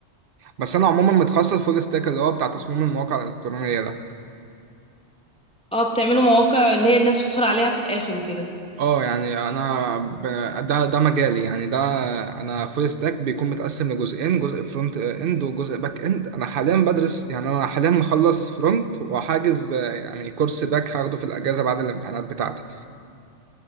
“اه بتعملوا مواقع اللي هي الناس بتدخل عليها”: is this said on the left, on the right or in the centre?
Centre